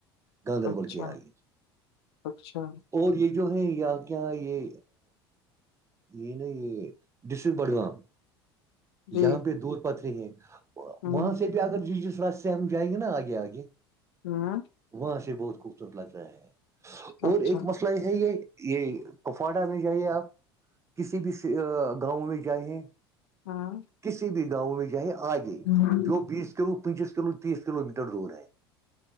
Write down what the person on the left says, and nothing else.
اچھا
اچھا
جی
ہوں
ہوں
اچھا
ہاں
ہاں